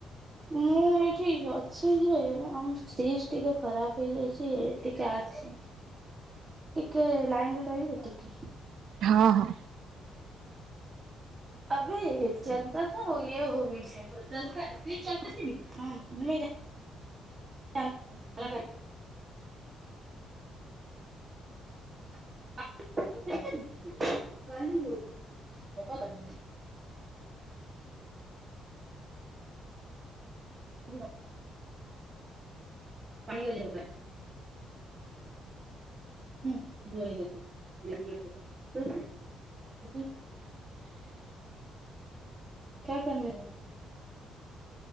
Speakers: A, on the right (about 35°); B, on the right (about 75°).
A: ମୁଁ ଏଇଠି ଅଛି ଯିବେ ଆମ ସି ଟିକେ ଖରାପ ହେଇଯାଇଛି ଟିକେ ଆସି ଟିକେ ଲାଇନ ରେ ରହିବେ ଟିକେ।
B: ହଁ ହଁ।
A: <unintelligible> <inaudible> <unintelligible> <inaudible> <inaudible> <unintelligible> <inaudible>
B: <inaudible>
A: କ୍ୟା କର <unintelligible> ହୋ।